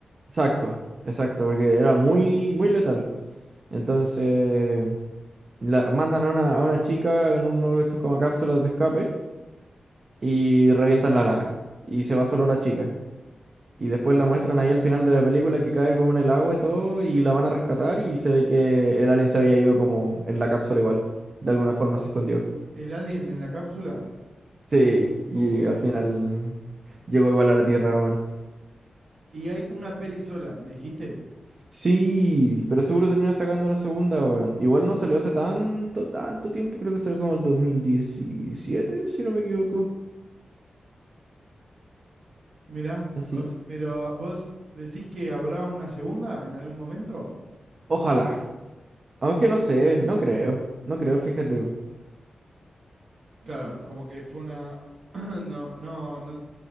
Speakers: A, on the right (about 40°); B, on the right (about 60°).
A: exacto, exacto, porque era muy, muy letal. Entonces, la, mandan a una, a una chica en uno de estos como cápsulas de escape y revientan la nave. Y se va solo la chica. Y después la muestran ahí al final de la película que cae como en el agua y todo, y la van a rescatar y se ve que el alien se había ido como en la cápsula igual. De alguna forma se escondió.
B: ¿El alien en la cápsula?
A: Sí, y
B: Oh,
A: al
B: durísimo.
A: final llegó igual a la Tierra, weón.
B: Y hay una peli sola, ¿me dijiste?
A: Sí, pero seguro termina sacando una segunda, weón. Igual no salió hace tanto, tanto tiempo, creo que salió como el 2017 si no me equivoco.
B: Mirá,
A: Así,
B: o se- pero ah, vos decís que habrá una segunda en algún momento?
A: ojalá. Aunque no sé, no creo. No creo, fíjate, weón.
B: Claro, como que fue una. <clears throat> No, no, no.